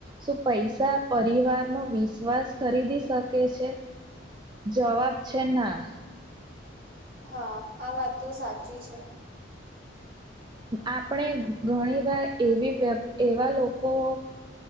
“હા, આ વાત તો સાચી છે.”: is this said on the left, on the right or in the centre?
Right